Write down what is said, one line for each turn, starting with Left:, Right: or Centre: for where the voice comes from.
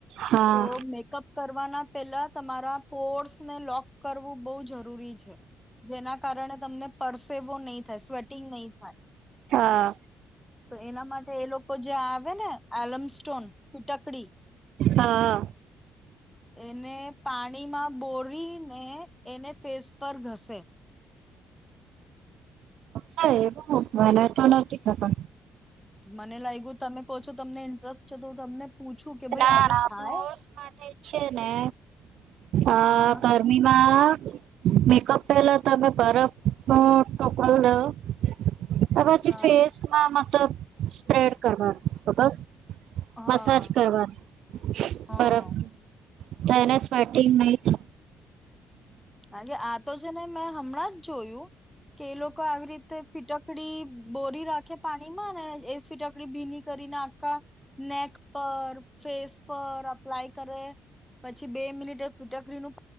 Right: હા
Centre: તો મેકઅપ કરવાના પહેલાં તમારા પોર્સને લોક કરવું બહુ જરૂરી જરુરી છે જેના કારણે તમને પસૅ એવો નહી થાય સ્વેટિંગ નહીં
Right: હા
Centre: તો એના માટે એ લોકો જે આવે ને એલમસ્ટોન ફીટકડી
Right: હા
Centre: એને પાણીમાં બોરીને એને ફેસ પર ઘસે
Right: ના એવું હોય મને તો નથી ખબર
Centre: મને લાગ્યું તમે કહો છો તમને ઇન્ટરેસ્ટ છો તો તમને પૂછું કે ભાઈ
Right: ના
Centre: આવું
Right: ના
Centre: થાય
Right: કોસૅ માટે છે ને અ
Centre: હા
Right: ગરમીમાં મેકઅપ પેલા તમે બરફ નો ટોકલો લોયો તે પછી
Centre: હા
Right: ફેસમાં ત સ્પ્રેડ કરવાનું ખબર
Centre: હા
Right: મસાજ કરવા
Centre: હા
Right: બરફ તેનાસ પાટી માહિતી
Centre: અરે આ તો છે ને મેં હમણાં જ જોયું કે એ લોકો આવી રીતે પીટકડી બોરી રાખે પાણી ના ના એ ફિટ ભીની કરીને આખ નેક પર ફેસ પર પલાય કરે પછી બે મિનિટ એ <unintelligible> નું